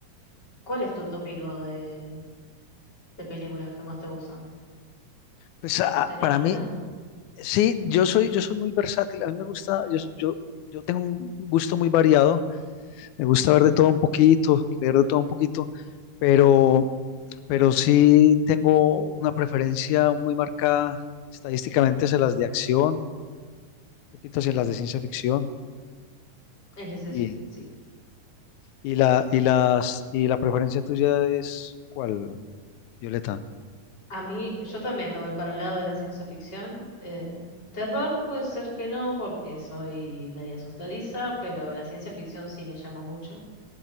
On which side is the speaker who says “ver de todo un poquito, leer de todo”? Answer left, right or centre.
Left